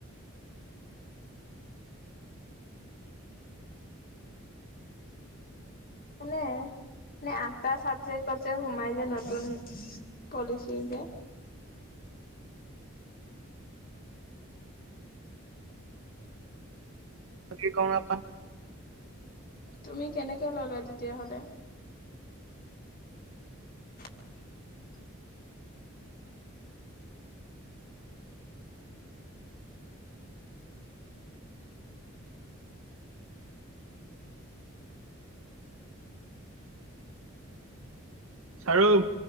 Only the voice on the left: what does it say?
মানে নে আম। এটা চাবজেক্টত যে সোমাই যে নতুন পলিচি যে
তুমি কেনেকে ললে তেতিয়াহলে? <inaudible>